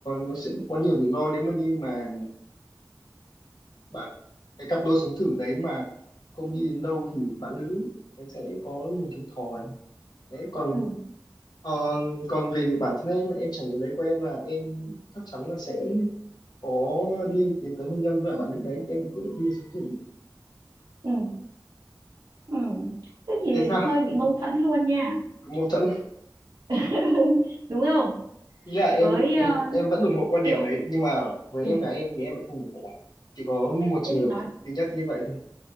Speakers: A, on the left; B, on the right.
A: nó sẽ có nhiều rủi ro nếu mà như mà bạn cái cặp đôi sống thử đấy mà không đi đến đâu thì bạn nữ em sẽ có nhiều thiệt thòi đấy còn
B: ừ
A: ờ, còn về bản thân em em trải nghiệm đấy của em là em chắc chắn là sẽ có đi tiến tới hôn nhân với cả bạn nữ đấy em quyết định đi sống thử
B: ừ ừ thế
A: Chị
B: thì
A: thấy sao
B: hơi bị mâu thuẫn luôn nha
A: Có mâu thuẫn
B: <laughs> đúng không
A: ý là em
B: với ờ,
A: em em vẫn ủng hộ quan điểm
B: Kiệu
A: đấy nhưng mà với
B: ừ.
A: em gái em thì em lại không ủng hộ chỉ có một
B: thế
A: trường
B: thì
A: hợp
B: nói
A: duy nhất như vậy thôi